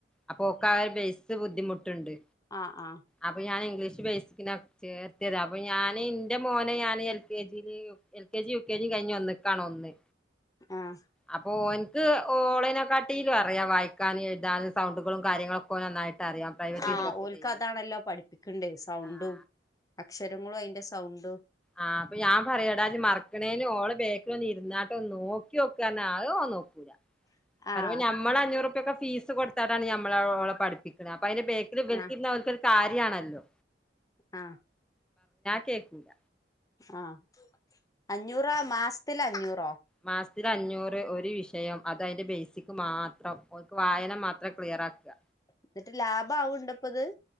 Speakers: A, in the centre; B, on the left (about 20°).
A: അപ്പൊ ഓക് ആഹ് ഒരു ബേസ് ബുദ്ധിമുട്ടുണ്ട്.
B: ആഹ് ആഹ്
A: അപ്പൊ ഞാൻ ഇംഗ്ലീഷ് ബേസിക്കിന് ചേർത്തിതാ, അപ്പൊ ഞാൻ ഇന്റെ മോനെ ഞാന്. എൽ കെ ജി യിലെ L K G, U K G കഴിഞ്ഞു ഒന്നക്കണോ ഒന്ന്.
B: ആഹ്
A: അപ്പൊ ഓനിക്ക് ഓളിനെ കാട്ടിലും അറിയാം വായിക്കാനും, എഴുതാനും സൗണ്ടുകളും കാര്യങ്ങളൊക്കെ. ഓന് നന്നായിട്ട് അറിയാം പ്രൈവറ്റ്
B: ആഹ്,
A: ചേർത്തിട്ടേനി
B: ഓലുക്ക് അതാണല്ലോ പഠിപ്പിക്കണ്ടേ സൗണ്ടും.
A: ആഹ്
B: അക്ഷരങ്ങളും അതിന്റെ സൗണ്ടും.
A: ആഹ് അപ്പൊ ഞാൻ പറയുടാ നീ മറക്കണേന് ഓള് ബാക്കിൽ ഒന്ന് ഇരുന്നാട്ടെ ഒന്ന് നോക്കി നോക്കാനോ ഏഹ് അവൻ നോക്കൂല. പറയുമ്പോ
B: ആഹ്
A: ഞമ്മള് അഞ്ഞൂറുപ്യോക്കെ ഫീസ് കൊടുത്തട്ടാണ് ഞമ്മളോളെ പഠിപ്പിക്കുന്നു, അപ്പ അതിന്റെ ബാക്കിൽ ഇവളിക്കിരിന്നാൽ
B: ആഹ്
A: ഓൽക്കൊരു. കാര്യമാണല്ലോ
B: ആഹ്
A: കേക്കൂല.
B: ആഹ്, അഞ്ഞൂറോ മാസത്തിൽ അഞ്ഞൂറോ?
A: മാസത്തിൽ അഞ്ഞൂറ് ഒരു വിഷയം അത് അതിന്റെ ബേസിക് മാത്രം ഓക് വായന മാത്രം ക്ലിയർ ആക്കുക.
B: എന്നിട്ട് ലാഭം ആവുണ്ടോ ഇപ്പൊ ഇത്.